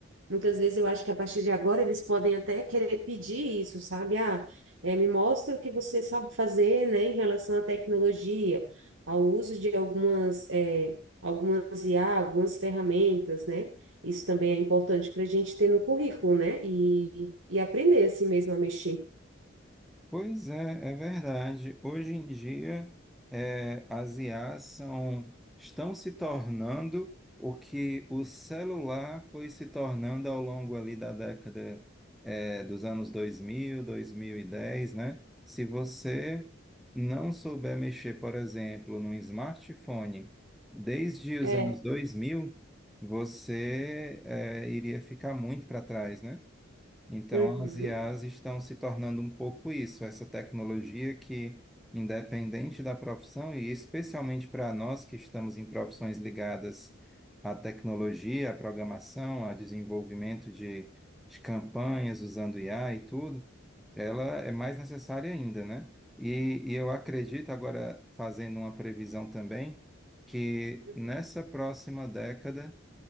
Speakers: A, on the right; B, in the centre.
A: muitas vezes eu acho que a partir de agora eles podem até querer pedir isso, sabe? Ah, é, me mostra o que você sabe fazer, né, em relação à tecnologia, ao uso de algumas, é, algumas IA, algumas ferramentas, né? Isso também é importante para a gente ter no currículo, né? E, e aprender assim mesmo a mexer.
B: Pois é, é verdade. Hoje em dia, é, as IAs são, estão se tornando o que o celular foi se tornando ao longo ali da década, é, dos anos 2000, 2010, né? Se você não souber mexer, por exemplo, num smartphone desde os
A: É.
B: anos 2000, você, é, iria ficar muito para trás, né? Então,
A: Uhum.
B: as IAs estão se tornando um pouco isso, essa tecnologia que, independente da profissão, e especialmente para nós que estamos em profissões ligadas à tecnologia, à programação, ao desenvolvimento de, de campanhas usando IA e tudo, ela é mais necessária ainda, né? E, e eu acredito, agora fazendo uma previsão também, que
A: Uhum.
B: nessa próxima década